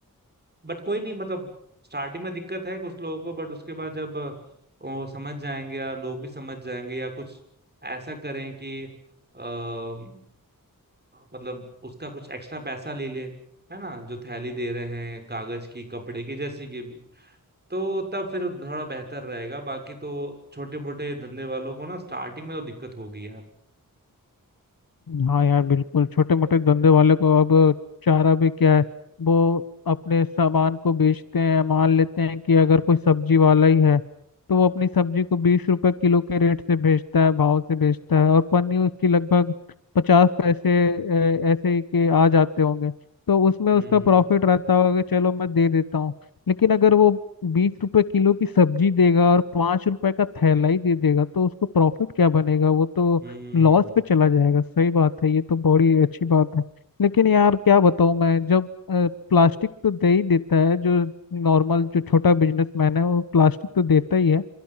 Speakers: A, on the right; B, on the left.
A: बट कोई नहीं मतलब स्टार्टिंग में दिक्कत है कुछ लोगों को बट उसके बाद जब अ, वो समझ जाएंगे या लोग भी समझ जाएंगे या कुछ ऐसा करें कि अ, मतलब उसका कुछ एक्स्ट्रा पैसा ले ले है ना जो थैली दे रहे हैं कागज की कपड़े की जैसी की तो तब फिर थोड़ा बेहतर रहेगा बाकी तो छोटे मोटे धंधे वालों को ना स्टार्टिंग में तो दिक्कत होगी यार
B: हाँ यार बिल्कुल छोटे मोटे धंधे वाले को अब चारा भी क्या है वो अपने सामान को बेचते हैं मान लेते हैं कि अगर कोई सब्जी वाला ही है तो वो अपनी सब्जी को बीस रुपए किलो के रेट से बेचता है भाव से बेचता है और पन्नी उसकी लगभग पचास पैसे अ, ऐसे ही के आ जाते होंगे तो उसमें
A: हम्म
B: उसका प्रॉफिट रहता होगा कि चलो मैं दे देता हूँ लेकिन अगर वो बीस रुपए किलो की सब्जी देगा और पाँच रुपए का थैला ही दे देगा तो उसको प्रॉफिट क्या बनेगा वो तो
A: हम्म
B: लॉस पे चला जाएगा सही बात है ये तो बड़ी अच्छी बात है लेकिन यार क्या बताऊँ मैं जब प्लास्टिक तो दे ही देता है जो नॉर्मल जो छोटा बिजनेसमैन है वो प्लास्टिक तो देता ही है